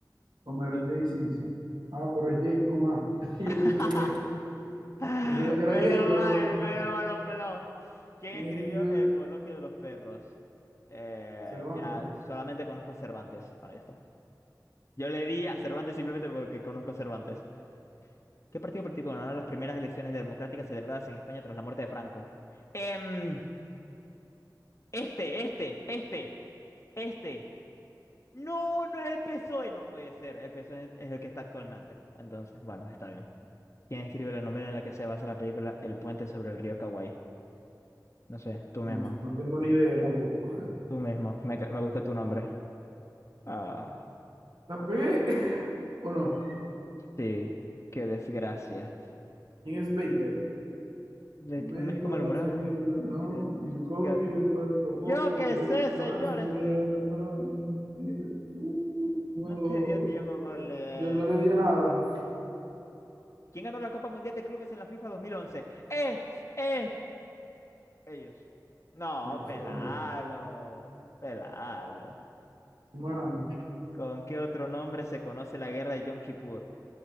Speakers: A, on the right; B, on the left.
A: Homero
B: Tú.
A: J. Simpson. Ah, pero es J con A. <laughs> Y
B: <laughs>
A: yo puse con E.
B: <laughs>
A: Yo sabía que era
B: Menos
A: J,
B: mal,
A: pero no sé.
B: menos mal los peló. ¿Quién
A: ¿Quién
B: escribió
A: escribió
B: El
A: el
B: coloquio de los perros? Eh,
A: Cervantes?
B: mira, solamente conozco a Cervantes. Bueno, ya está. Yo le di a Cervantes simplemente porque conozco a Cervantes. ¿Qué partido político ganó las primeras elecciones democráticas celebradas en España tras la muerte de Franco? Em, este, este, este, este. No, no es el PSOE. No puede ser. El PSOE es es el que está actualmente. Entonces, bueno, está bien. ¿Quién escribe la novela en la que se basa la película El puente sobre el río Kawaii? No sé, tú mismo,
A: No, no tengo ni idea tampoco.
B: tú mismo, me, ca- me gusta tu nombre. Ah,
A: ¿La pegué <laughs> o no?
B: sí, qué desgracia.
A: ¿Quién es Baker?
B: De-
A: médico,
B: un médico malhumorado,
A: no sé qué, no,
B: un
A: Bill
B: psiquiatra.
A: Cosby, después tampoco,
B: Yo qué
A: de,
B: sé, señor
A: Manson,
B: este.
A: dueño de nada, un, uh, ninguno
B: No
A: de los
B: te
A: dos lo
B: dio
A: pegó.
B: tiempo por leer.
A: Yo no le di a nada
B: ¿Quién ganó la Copa Mundial de Clubes en la FIFA 2011? ¡Eh! ¡Eh! Ellos. No,
A: en Barcelona,
B: pelalo, pelalo.
A: fuimos ganando,
B: ¿Con qué otro nombre se conoce la guerra de Yom Kippur?